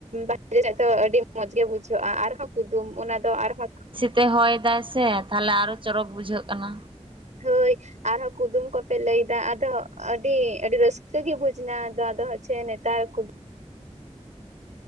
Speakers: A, on the right; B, on the right.
A: ᱵ ᱫᱚ ᱟᱹᱰᱤ ᱢᱚᱸᱡᱽ ᱜᱮ ᱵᱩᱡᱷᱟᱹᱜᱼᱟ ᱟᱨᱦᱚᱸ ᱠᱩᱫᱩᱢ ᱚᱱᱟ ᱫᱚ ᱟᱨᱦᱚᱸ
B: ᱛᱮ ᱦᱚᱭ ᱫᱟᱭ ᱥᱮ ᱛᱟᱦᱚᱞᱮ ᱟᱨᱚ ᱪᱚᱨᱚᱠ ᱵᱩᱡᱷᱟᱹᱜ ᱠᱟᱱᱟ᱾
A: ᱦᱳᱭ ᱟᱨᱦᱚᱸ ᱠᱩᱫᱩᱢ ᱠᱚᱯᱮ ᱞᱟᱹᱭᱮᱫᱟ ᱟᱫᱚ ᱟᱹᱰᱤ ᱟᱹᱰᱤ ᱨᱟᱹᱥᱠᱟᱹ ᱜᱮ ᱵᱩᱡᱽ ᱮᱱᱟ ᱟᱫᱚ ᱟᱫᱚ ᱦᱚ ᱪᱷᱮ ᱱᱮᱛᱟᱨ ᱠᱩᱫᱩᱢ